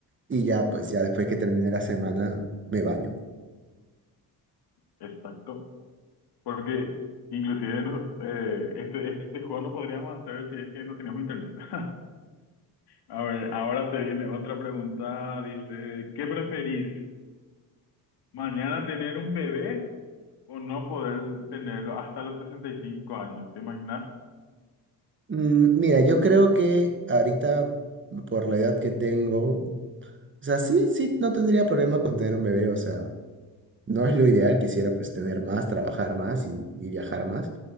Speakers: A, on the right; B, on the left.
A: y ya, pues ya después que termine la semana, me baño.
B: Exacto. Porque inclusive no- eh, este, este juego no podríamos hacer si es que no teníamos internet. <laughs> A ver, ahora te viene otra pregunta. Dice, ¿qué preferís? Mañana tener un bebé o no poder tenerlo hasta los 65 años, ¿te imaginas?
A: Mm, Mira, yo creo que ahorita, por la edad que tengo, O sea, sí, sí, no tendría problema con tener un bebé, o sea, no es lo ideal, quisiera pues tener más, trabajar más y, y viajar más,